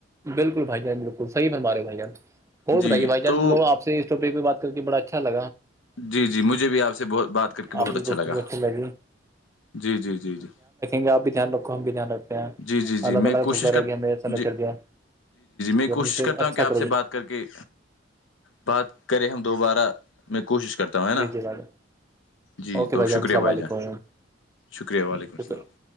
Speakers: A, on the right; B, on the left.
A: بالکل بھائی جان بالکل صیح بنوارے بھائی جان اور
B: جی
A: بتائیے بھائی جان
B: تو
A: چلو آپ اس پ بات کر کے بڑا اچھا لا
B: جی جی مجھے بھی آپ سے بہت بات کر کے بہت
A: آپ کی
B: اچھا
A: گفتگو
B: لگا
A: اچھی لگی
B: جی جی جی جی
A: گ آپ بھی دھیان رکھو ہم بھی دھی رکھتے ہیں
B: جی جی جی
A: الگ
B: میں
A: الگ
B: کوشش
A: دکر
B: کر
A: ہے کہ ہمیں ایسا
B: جی
A: چل گیا
B: میں
A: جی اپنے
B: کوشش
A: سے
B: کرتا
A: اچھا
B: ہوں کہ آپ
A: کرو
B: سے
A: گے
B: بات کر کے بات کریں ہم دوبارہ میں کوشش کرتے تا ہے نا
A: جی جی بھائی جان
B: جی
A: اوکے
B: تو شکریہ
A: السلام
B: بھائی
A: علیکم
B: جان شکریہ وعلیکم
A: شکریہ
B: السلام